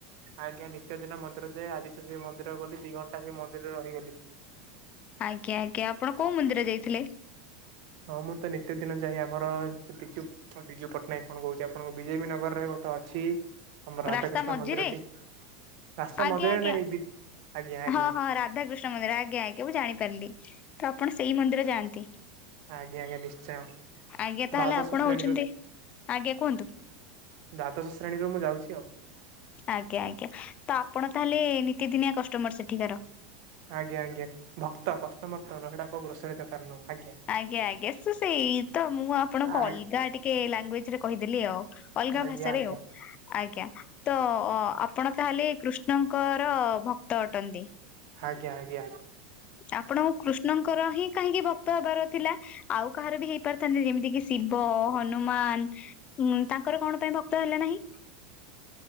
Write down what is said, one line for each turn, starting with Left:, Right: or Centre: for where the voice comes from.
Right: ଆଜ୍ଞା ନିତ୍ୟ ଦିନ ମନ୍ଦିର ଯାଏ ଆଜି ସେ ସେ ମନ୍ଦିର ଗଲି ଦି ଘଣ୍ଟା ସେ ମନ୍ଦିରରେ ରହିଗଲି।
Left: ଆଜ୍ଞା ଆଜ୍ଞା ଆପଣ କୋଉ ମନ୍ଦିର ଯାଇଥିଲେ?
Right: ହଁ ମୁଁ ତ ନିିତି ଦିନ ଯାଏ ଆମର ବିଜୁ ତ ବିଜୁ ପଟ୍ଟନାୟକ କଣ କହୁଛି ଆପଣଙ୍କ ବି ଜେ ପି ନଗରରେ ଗୋଟେ ଅଛି ଆମ ରାଧାକୃଷ୍ଣ
Left: ରାସ୍ତା ମଝିରେ
Right: ମନ୍ଦିରଟି। ରାସ୍ତା
Left: ଆଜ୍ଞା
Right: ମଝିରେ
Left: ଆଜ୍ଞା
Right: ନାଇଁ ବି ଆଜ୍ଞା ଆଜ୍ଞା।
Left: ହଁ ହଁ <unintelligible> ମନ୍ଦିର ଆଜ୍ଞା ଆଜ୍ଞା ମୁଁ ଜାଣିପାରିଲି ତ ଆପଣ ସେଇ ମନ୍ଦିର ଯାଆନ୍ତି।
Right: ଆଜ୍ଞା ଆଜ୍ଞା ନିଶ୍ଚୟ ଦ୍ୱାଦଶ
Left: ଆଜ୍ଞା ତାହେଲେ ଆପଣ
Right: ଶ୍ରେଣୀରୁ
Left: ହଉଛନ୍ତି ଆଜ୍ଞା କୁହନ୍ତୁ।
Right: ଦ୍ବାଦଶ ଶ୍ରେଣୀରୁ ମୁଁ ଯାଉଛି ଆଉ।
Left: ଆଜ୍ଞା ଆଜ୍ଞା ତ ଆପଣ ତାହେଲେ ନିତିଦିନିଆ କଷ୍ଟମର ସେଠିକାର?
Right: ଆଜ୍ଞା ଆଜ୍ଞା ଭକ୍ତ କଷ୍ଟମର ତ ନୁହଁ ସେଇଟା କୋଉ ଗ୍ରୋସରୀ ଦୋକାନ ନୁହଁ, ଆଜ୍ଞା।
Left: ଆଜ୍ଞା ଆଜ୍ଞା ସେ ସେଇ ତ ମୁଁ ଆପଣଙ୍କୁ
Right: ଆ
Left: ଅଲଗା ଟିକେ ଲାଙ୍ଗୁଏଜ ରେ କହିଦେଲି ଆଉ। ଅଲଗା
Right: ଆଜ୍ଞା
Left: ଭାଷାରେ
Right: ଆଜ୍ଞା
Left: ଆଉ ଆଜ୍ଞା। ତ ଅ ଆପଣ ତାହେଲେ କୃଷ୍ଣଙ୍କର ଭକ୍ତ ଅଟନ୍ତି।
Right: ଆଜ୍ଞା ଆଜ୍ଞା।
Left: ଆପଣଙ୍କୁ କୃଷ୍ଣଙ୍କର ହିଁ କାହିଁକି ଭକ୍ତ ହବାର ଥିଲା? ଆଉ କାହାର ବି ହେଇ ପାରିଥାନ୍ତେ ଯେମିତି କି ଶିବ, ହନୁମାନ ହୁଁ ତାଙ୍କର କଣ ପାଇଁ ଭକ୍ତ ହେଲେ ନାହିଁ?